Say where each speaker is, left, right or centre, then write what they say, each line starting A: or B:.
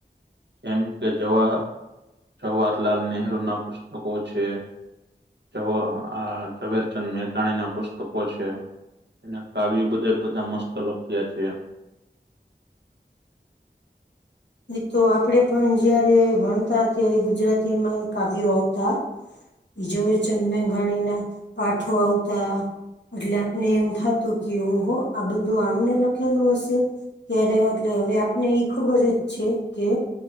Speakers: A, on the right; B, on the left.
A: કેમ કે જવાહ જવાહરલાલ નેહરુ ના પુસ્તકો છે. જ આ ઝવેરચંદ મેઘાણી ના પુસ્તકો છે. એના કાવ્ય બધા બધા મસ્ત લખ્યા છેએ
B: તો આપડે પણ જયારે ભણતા ત્યારે, ગુજરાતીમાં કાવ્યો આવતા. ઝવેરચંદ મેઘાણીના પાઠો આવતા. એટલે આપને એમ થતું કે ઓહો આ બધું આમને લખેલું હશે. ક્યારે એટલે હવે આપને એઈ ખબર જ છે કે